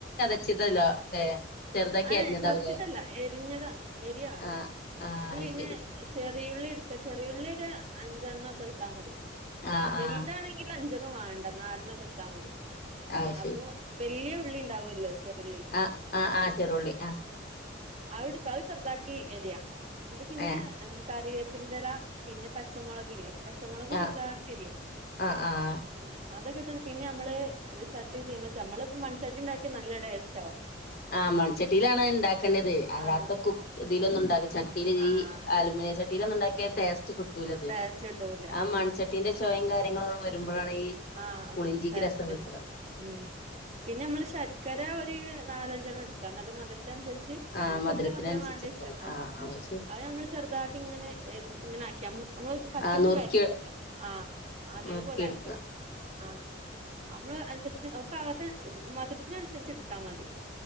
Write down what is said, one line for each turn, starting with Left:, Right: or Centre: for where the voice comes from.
Left: <unintelligible> ചെറുതാക്കി
Right: ഏഹ്
Left: അരിഞ്ഞതാവൂലേ
Right: ചതച്ചിട്ടല്ല എരിഞ്ഞതാണ് എരിയാണ്ടെ
Left: ആ ആ
Right: ന്നട്ട് പിന്നെ
Left: ശരി
Right: ചെറിയുള്ളിട്ക്ക ചെറിയുള്ളിര് അഞ്ചെണ്ണൊക്കെടുത്താ മതി
Left: ആ
Right: വെൽതാണെങ്ക
Left: ആ
Right: അഞ്ചണ്ണും വാണ്ട നാലനോക്കെട്ത്താമതി
Left: ആ ശരി
Right: അപ്പൊ വെല്യ ഉള്ളി ഉണ്ടാവല്ലോ ചെറുള്ളി
Left: ആഹ് ആഹ് ആ ശെരുള്ളി ആഹ്
Right: അവ്ടുക്ക ചെറുതാക്കി എരിയാ എന്നട്ട്പിന്നെ
Left: ഏഹ്
Right: എന്താ കരിവേപ്പിന്റെല പിന്നെ പച്ചമൊളക് ല്ലേ പച്ചമൊളക്
Left: ആഹ്
Right: ചെറുതാക്കിയരിയാ
Left: ആഹ് ആഹ്
Right: ഉം അതൊക്കെട്ടാണ് പിന്നെയമ്മള് ചട്ടി തീമച്ചമ്മളിപ്പ മൺച്ചട്ടിണ്ടാക്കിയ നല്ല ട്ടേസ്റ്റാവും
Left: ആഹ് മൺചട്ടിയിലാണ് ഇണ്ടാക്കണ്ട്യത് അല്ലാത്ത
Right: ആഹ്
Left: കു ഇതിലൊന്നുണ്ടാക്കി ചട്ടീല്
Right: ആഹ്
Left: ഈ ആലുമിനിയ ചട്ടിയിലൊന്നുണ്ടാക്കിയ ടേസ്റ്റ് കി റ്റൂലത്
Right: ടേസ്റ്റ് കിട്ടൂല
Left: ആ
Right: ഉം
Left: മൺചട്ടീന്റെ ചൊയേം കാര്യങ്ങളും വരുമ്പളാണ് ഈ
Right: ആഹ്
Left: പുളിഞ്ചിക്ക്
Right: ടേസ്റ്റ്ണ്ടാവു
Left: രസം കിട്ടുക
Right: ഉം പിന്നമ്മള് ശര്ക്കര ഒരു നാലഞ്ചെണ്ണം എട്ക്കാ നല്ല മധുരത്തിനൻസര്ച്ച്
Left: ആഹ്
Right: നമ്മുക്കെത്ര
Left: മധുരത്തിനനുസരിച്ചിടുക്കണം
Right: മധുരം വേണ്ടെച്ച ആഹ്
Left: ശരി
Right: അത് നമ്മള് ചെറുതാക്കിങ്ങനെ ഇങ്ങനാക്കിയ അമ്മള് കത്യോണ്ട്ങ്ങ്
Left: ആഹ് നുറുക്കി
Right: വര്‌ണ്ട്യോല്ലോ ആഹ് അതേപോലാക്ക
Left: നുറുക്കി എടുക്കുക
Right: ആഹ് അമ്മള് അനുസരിച്ച് ഒപ്പാകത്ത് മാത്ര ഇതിനനുസരിച്ചെടുത്താ മതി